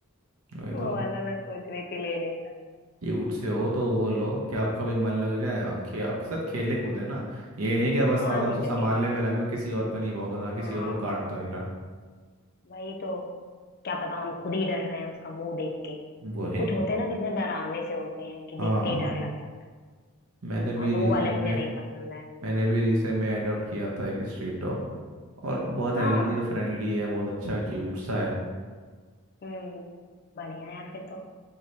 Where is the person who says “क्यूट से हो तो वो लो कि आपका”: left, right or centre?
Right